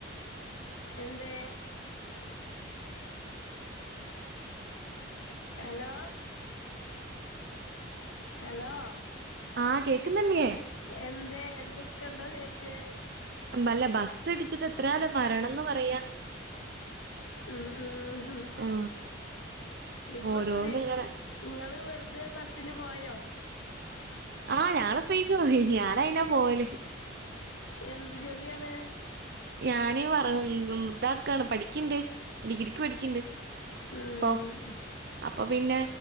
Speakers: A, on the left; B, on the right.
A: എന്തേ ഹലോ ഹലോ
B: ആഹ് കേക്ക്ന്നില്ലേ.
A: എന്തെ എന്തിക്കെണ്ടോ ചോയ്ച്ചെ.
B: ഉം ബല്ല ബസ്സ് ഇടിച്ചിട്ട് എത്രാലൊ മരണംന്ന് പറയാ.
A: ഉം ഉം ഹു
B: ആ
A: ഇപ്പൊ
B: ഓരോന്നിങ്ങനെ
A: സ്ത്രീ സ് ഇങ്ങള് വെർതെ ബസ്സിന് പോയോ.
B: ആഹ് ഞങ്ങള് ഫ്രീക്ക് പോയി ഞാനയിന പോയല്.
A: എന്ത് ജോല്യാണ്.
B: ഞാന് വറ ഉം ഉം താക്കാണ് പഠിക്ക്ണ്ട് ഡിഗ്രിക്ക് പഠിക്ക്ണ്ട്.
A: ഉം
B: പ്പം അപ്പ പിന്നെ.